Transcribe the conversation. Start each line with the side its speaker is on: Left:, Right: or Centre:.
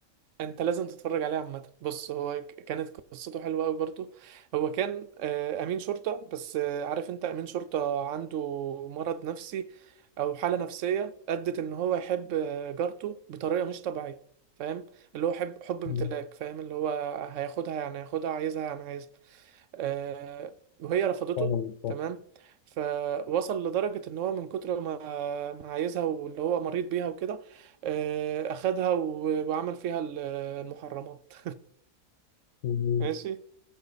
Right: انت لازم تتفرج عليه عامه بص هو ك- كانت قصته حلوه قوي برضو هو كان آه، امين شرطه بس آه، عارف انت امين شرطه عنده مرض نفسي او حاله نفسيه ادت ان هو يحب آه، جارته بطريقه مش طبيعيه فاهم اللي هو حب حب امتلاك
Left: مم.
Right: فاهم اللي هو هياخدها يعني هياخدها عايزها يعني عايزها آه، وهي رفضته
Left: طبعاً، طبعاً.
Right: تمام فوصل لدرجة ان هو من كتر ما ما عايزها واللي هو مريض بيها وكده آه، اخدها و- وعمل فيها المحرمات
Left: مم.
Right: ماشي